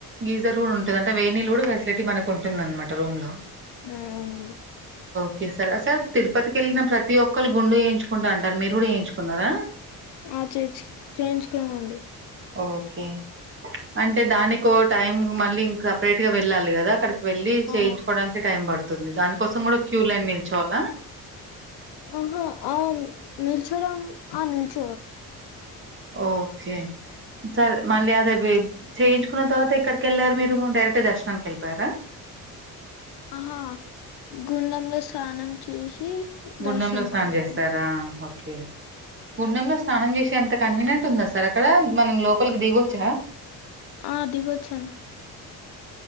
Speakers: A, on the right; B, on the left.
A: గీజర్ కూడా ఉంటుంది అంటే వేణీలు కూడా ఫెసిలిటీ మనకు ఉంటుంద అనమాట రూమ్ లో
B: ఆ అవున
A: ఓకే సార్ సార్ తిరుపతికి వెళ్ళిన ప్రతి ఒక్కళ్రు గుండు వయించుకుంటా అంటారు మీరు కూడా వయించుకున్నారా
B: ఆ చేయించ చేయించుకుమండి
A: ఓకే అంటే దానికో టైం మళ్ళీ ఇం సపరేట్ గా వెళ్ళాలి కదా అక్కడకి వెళ్ళలి చేయించుకోడానికి
B: ఆ
A: టైం పడుతుంది దాని కోసం కూడా క్యూ లైన్ నిల్చోవాలా
B: ఆహా ఆ నిల్చోరా ఆ నిల్చ
A: ఓకే సరే మళ్ళీ అద చేయించుకున్న తర్వాత ఇక్కడికి వెళ్ళారు మీరు డైరెక్ట్ దర్శనానికి వెళ్ళపోారా
B: ఆహా గుండంలో స్నానం చేసి
A: గుండెంలో
B: దర్శనంకి
A: స్నానం
B: వెళ్ళాలి
A: చేస్తారా ఓకే గుండెంలో స్నానం చేసే ఎంత కన్వీనియంట్ ఉందా సార్ అక్కడ మనం లో ల్కి దగోచ్చ
B: ఆ దిగొచ్చాం